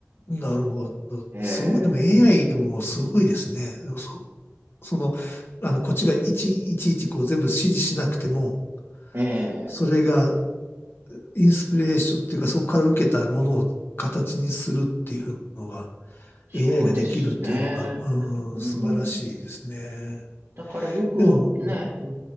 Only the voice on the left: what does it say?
なるほど。
すごい。でも AI もすごいですね。でもそ、その、あの、こっちがいちいちいちこう全部指示しなくても、
それが
インスピレーションっていうか、そこから受けたものを形にするっていうのが、
AI ができるっていうのが、うん、
素晴らしいですね。
でも、